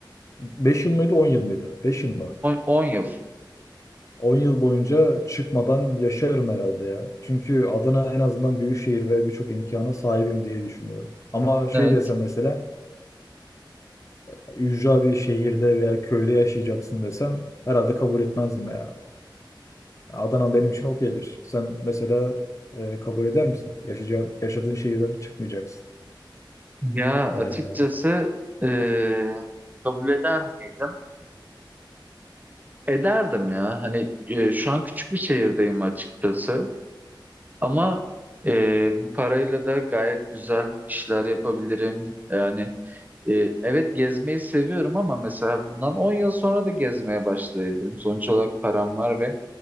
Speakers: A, on the left; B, on the right.
A: 5 yıl mıydı 10 yıl mıydı? 5 yıl mı?
B: 10 yıl.
A: 10 yıl boyunca çıkmadan yaşarım herhalde ya. Çünkü Adana en azından büyük şehir ve birçok imkana sahibim diye düşünüyorum. Ama şey
B: Evet.
A: desem mesela e, ücra bir şehirde veya köyde yaşayacaksın desen herhalde kabul etmezdim ya. Adana benim için okeydir. Sen mesela e, kabul eder misin? Yaşayacağın, yaşadığın şehirden çıkmayacaksın.
B: Ya
A: E,
B: açıkçası eee, kabul eder miydim? Ederdim ya. Hani eee, şu an küçük bir şehirdeyim açıkçası. Ama eee, bu parayla da gayet güzel işler yapabilirim. Yani eee, evet gezmeyi seviyorum ama mesela bundan 10 yıl sonra da gezmeye başlayabilirim. Sonuç olarak param var ve